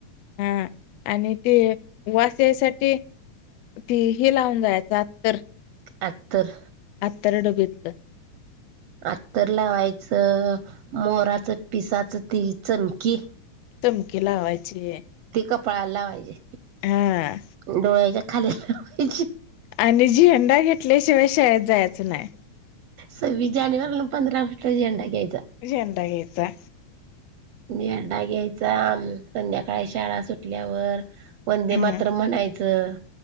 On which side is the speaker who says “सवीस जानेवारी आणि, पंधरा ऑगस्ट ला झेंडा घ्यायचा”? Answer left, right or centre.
Right